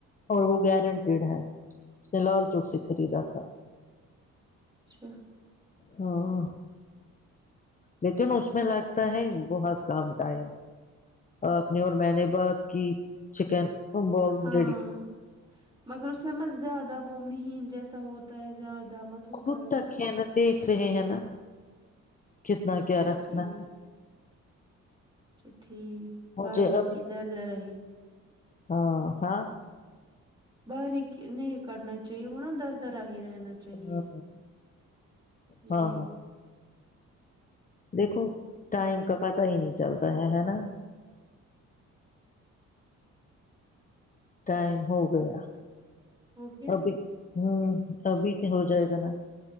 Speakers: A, on the left (about 25°); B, on the right (about 15°).
A: اور وہ گیارینٹی اس نے لال چوک سے خریدا تھا
B: اچھا
A: ہاں لیکن اس میں لگتا ہے بہت کم ٹائم آپ نے اور میں نے بات کی چکن بالز
B: ہاں
A: ریڈی
B: مگر اس میں مت زیادہ وہ مہین جیسا ہوتا ہے زیادہ مت ہوتا
A: خود
B: اس
A: تک
B: میں
A: ہے نا دیکھ رہے ہیں نا کتنا کیا
B: اچھا
A: رکھنا
B: ٹھیک
A: ہے
B: اچھا ٹھیک
A: مجھے
B: باریکی
A: ابھی
B: در درا ہی
A: ہاں ہاں
B: باریک نہیں کرنا چاہیے وہ نا در درا ہی رہنا چاہیے
A: ہاں
B: جی
A: ہاں ہاں دیکھو ٹائم کا پتا ہی نہیں چلتا ہے ہےنہ ٹائم ہو گیا
B: ہو گیا
A: ابھی ہوں ابھی کیا ہو جائے گا نا